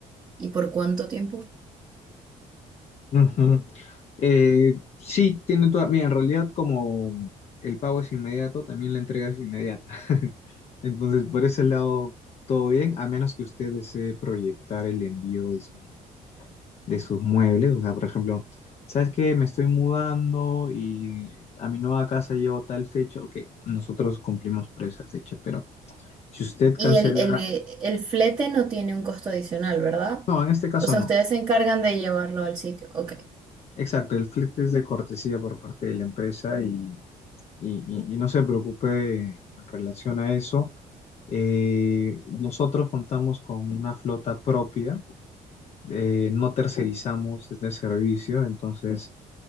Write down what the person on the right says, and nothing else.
¿Y por cuánto tiempo?
Y el, el, el flete no tiene un costo adicional, ¿verdad?
O sea,
ustedes se encargan de llevarlo al sitio. Ok.